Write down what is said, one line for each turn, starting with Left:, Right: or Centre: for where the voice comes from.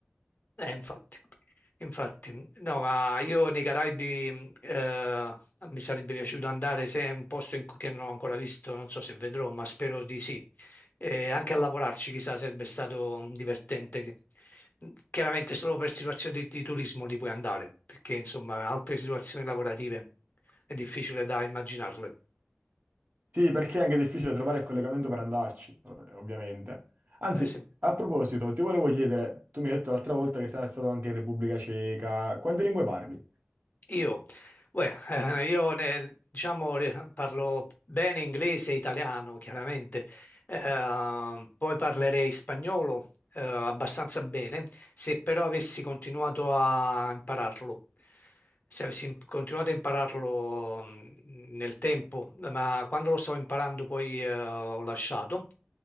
Left: Eh, infatti, infatti, no, ma io nei Caraibi eh, mi sarebbe piaciuto andare se è un posto in cui che non ho ancora visto, non so se vedrò, ma spero di sì. E anche a lavorarci, chissà, sarebbe stato divertente. che- Chiaramente solo per situazioni di, di turismo li puoi andare, perché insomma altre situazioni lavorative è difficile da immaginarle.
Right: Sì, perché è anche difficile trovare il collegamento per andarci, eh, ovviamente. Anzi,
Left: Eh, se-
Right: a proposito, ti volevo chiedere, tu mi hai detto l'altra volta che sei stato anche in Repubblica Ceca, quante lingue parli?
Left: Io, beh, eh, io ne- diciamo, re- parlo bene inglese e italiano, chiaramente, Eh, poi parlerei spagnolo, eh, abbastanza bene, se però avessi continuato a impararlo, se avessi im- continuato a impararlo mh, nel tempo, ma quando lo stavo imparando poi, eh, ho lasciato,